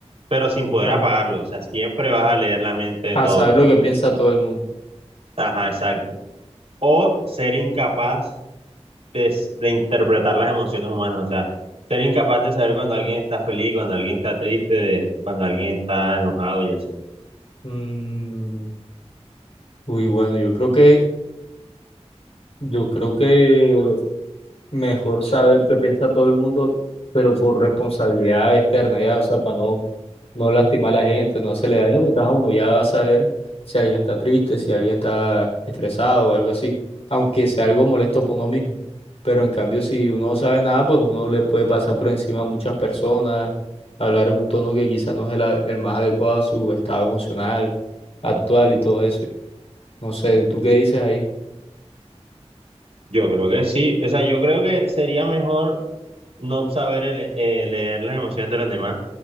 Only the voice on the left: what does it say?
Ah,
a
saber lo que piensa todo el mundo.
Mm, uy, bueno, yo creo que, yo creo que mejor saber qué piensa todo el mundo, pero por responsabilidad externa, ya, o sea, para no no lastima a la gente, no se le daño, porque ajá, uno ya va a saber si alguien está triste, si alguien está estresado o algo así, aunque sea algo molesto para uno mismo. Pero en cambio, si uno no sabe nada, pues uno le puede pasar por encima a muchas personas, hablar en un tono que quizás no es el, a- el más adecuado a su estado emocional actual y todo eso. No sé, ¿tú qué dices ahí?